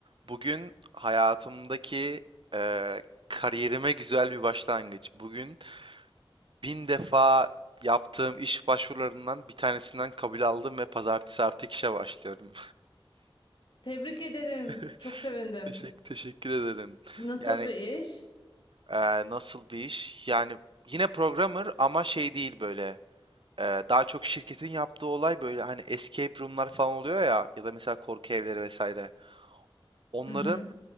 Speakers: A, on the right; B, on the left.
A: Bugün hayatımdaki eee, kariyerime güzel bir başlangıç. Bugün bin defa yaptığım iş başvurularından bir tanesinden kabul aldım ve pazartesi artık işe başlıyorum.
B: Tebrik ederim.
A: <laughs>
B: Çok sevindim.
A: Teşekkür, teşekkür ederim.
B: Nasıl
A: Yani
B: bir iş?
A: eee, nasıl bir iş? Yani yine programmer ama şey değil böyle. Eee, daha çok şirketin yaptığı olay böyle hani escape room'lar falan oluyor ya ya da mesela korku evleri vesaire. onların
B: Hı hı.